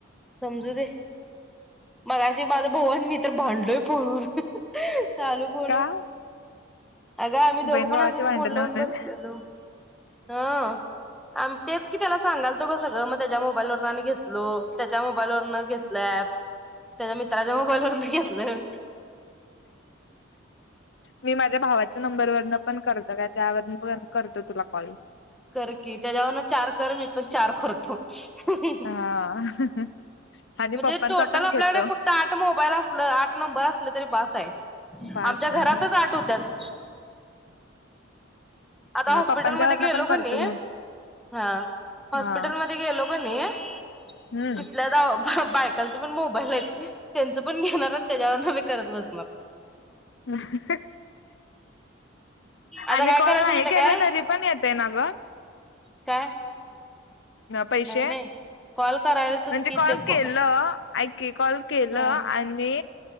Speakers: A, in the centre; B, on the left.
A: समजू दे, मगाशी माझ भाऊ अन मी तर भांडलोय फोनवर. चालू फोन
B: का
A: अ अग आम्ही दोघं
B: बहीण
A: पण
B: भावाची
A: असंच
B: भांडण
A: फोन लावून
B: म्हणून
A: बसलेलो. हो, आम तेच की त्याला सांगायलो त सगळं मग त्याच्या मोबाईल वरून आणि घेतलो त्याच्या मोबाईलवरन घेतलं ऍप. त्याच्या मित्राच्या मोबाईलवरून घेतलंय.
B: मी माझ्या भावाच्या नंबरवरन पण करतो णा, त्यावर पण करतो तुला कॉलिंग -
A: कर की, त्याला म्हणा चार कर मी पण चार करतो. हह
B: हा आणि
A: म्हणजे
B: पप्पांचा
A: टोटल
B: पण
A: आपल्याकडे
B: घेतो
A: फक्त आठ मोबाईल असलं आठ नंबर असलं - ते बास आहे.
B: बास
A: आमच्या
B: आहे
A: घरातच आठ होत्यात. आता हॉस्पिटल
B: पप्पांच्या
A: मध्ये
B: वरन
A: गेलो
B: पण
A: का
B: करतो
A: नही
B: घे
A: हा -हॉस्पिटल
B: हा
A: मध्ये गेलो की नही
B: हम्म
A: तिथल्या दवा हं - बायकांचा पण मोबाईल - त्याच पण <unintelligible> करत बस मग.
B: हं,
A: आता
B: आले
A: काय
B: का
A: करायचं
B: - हो,
A: माहिती
B: ऐकायला
A: आहे काय
B: कमी पण येतंय ना ग?
A: काय
B: पैसे?
A: नाही नाही कॉल करायचच
B: म्हणजे
A: कि
B: कॉल
A: ते
B: केलं, ऐक की कॉल केल
A: हा
B: आणि